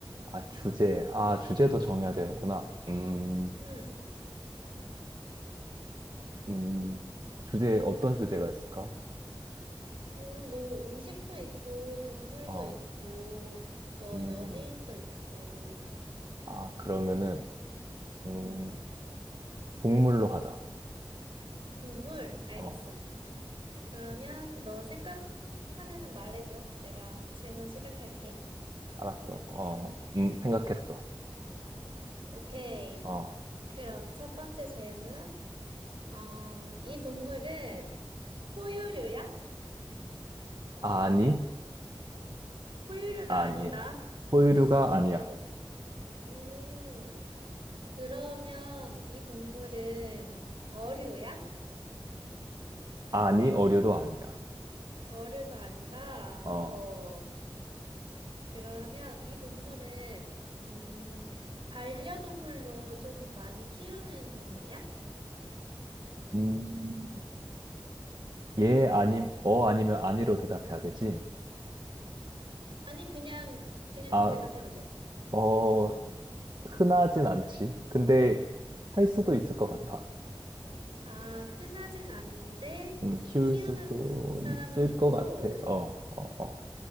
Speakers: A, on the right; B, on the right.
A: 아, 주제. 아, 주제도 정해야 되는구나. 음,
B: 음,
A: 음, 주제, 어떤 주제가 있을까?
B: 음, 뭐 음식도 있고, 동물도
A: 어,
B: 있고, 뭐
A: 음,
B: 연예인도 있고,
A: 아, 그러면은, 음,
B: 음,
A: 동물로 하자.
B: 동물, 알겠어.
A: 어,
B: 그러면 너 생각하면은 말해줘. 내가 질문 시작할게.
A: 알았어. 어, 음, 생각했어.
B: 오케이.
A: 어,
B: 그럼 첫 번째 질문. 어, 이 동물은 포유류야?
A: 아니?
B: 포유류가
A: 아니야.
B: 아니다.
A: 포유류가 아니야.
B: 그, 음, 그러면 이 동물은 어류야?
A: 아니, 어류도 아니야.
B: 어류도 아니다.
A: 어,
B: 허허. 그러면 이 동물은, 음, 반려동물로 좀 많이 키우는 동물이야?
A: 음, 예, 아니 어, 아니면 아니로 대답해야 되지?
B: 아니, 그냥, 그냥
A: 아,
B: 대답해도 돼.
A: 어, 흔하진 않지. 근데 할 수도 있을 것 같아.
B: 아, 흔하진 않은데,
A: 음, 키울
B: 키우는
A: 수도
B: 사람은
A: 있을
B: 있고,
A: 것 같아. 어, 어, 어.